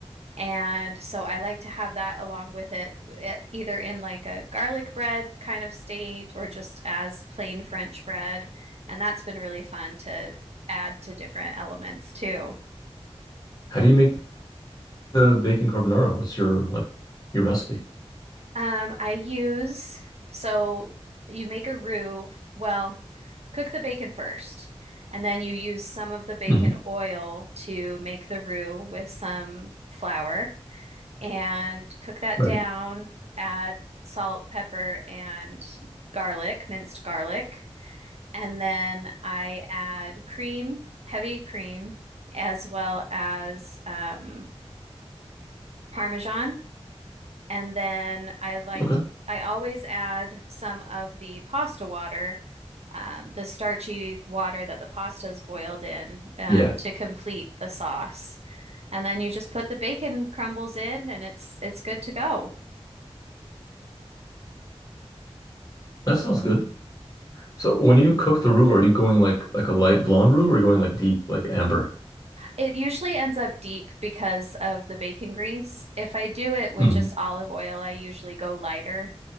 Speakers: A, on the right; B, on the left.
A: And so I like to have that along with it, e- either in like a garlic bread kind of state or just as plain French bread. And that's been really fun to add to different elements too.
B: How do you make the bacon carbonara? What's your like your recipe?
A: Um, I use so you make a roux. Well, cook the bacon first, and then you use some of the bacon
B: hmm
A: oil to make the roux with some flour and cook that
B: Right.
A: down. Add salt, pepper, and garlic, minced garlic. And then I add cream, heavy cream, as well as um, Parmesan and then I like,
B: Okay.
A: I always add some of the pasta water, um, the starchy water that the pasta is boiled in, um,
B: Yeah,
A: to complete the sauce. And then you just put the bacon crumbles in and it's it's good to go.
B: that sounds good. So when you cook the roux, are you going like like a light blonde roux or are you going like deep, like amber?
A: It usually ends up deep because of the bacon grease. If I do it with
B: Mhm.
A: just olive oil, I usually go lighter.